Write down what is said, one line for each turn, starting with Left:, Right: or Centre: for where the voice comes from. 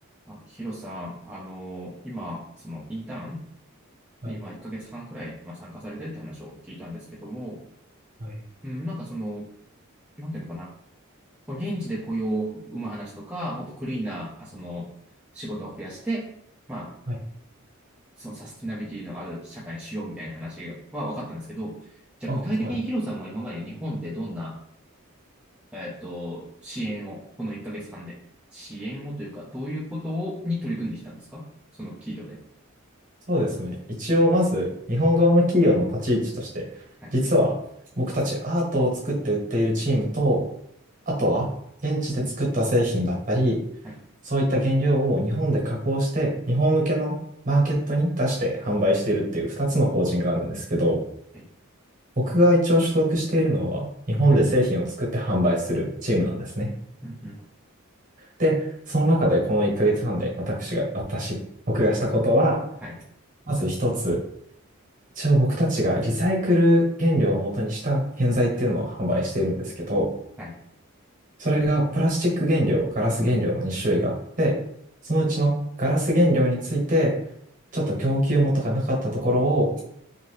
Centre: あ、ヒロさん、あの、今、そのインターン
Right: はい、
Centre: に、まあ、1ヶ月半くらい、まあ、参加されてるって話を聞いたんですけども、
Right: はい、
Centre: うん、なんかその、なんていうのかな、その現地で雇用を生む話とか、もっとクリーンな、あその、仕事を増やして、まあ、
Right: はい。
Centre: そのサスティナビリティのある社会にしようみたいな話は分かったんですけど、じゃあ具体的にヒロさんは今まで日本でどんな、
Right: あ、はい。
Centre: えっと、支援を、この1ヶ月半で、支援をというか、どういうことをに取り組んできたんですかその企業で。
Right: そうですね。一応、まず、日本側の企業の立ち位置として、
Centre: はい。
Right: 実は、僕たちアートを作って売っているチームと、あとは、現地で作った製品だったり、
Centre: はい
Right: そういった原料を日本で加工して、日本向けのマーケットに出して販売しているっていう2つの法人があるんですけど、
Centre: はい。
Right: 僕が一応所属しているのは、日本で製品を作って販売するチームなんですね。
Centre: はい。うんうん。
Right: で、その中でこの1ヶ月半で私が、私、僕がしたことは、
Centre: はい。
Right: まず一つ、一応僕たちがリサイクル原料を元にした建材っていうのを販売しているんですけど、
Centre: はい。
Right: それがプラスチック原料、ガラス原料の2種類があって、そのうちのガラス原料について、ちょっと供給元がなかったところを、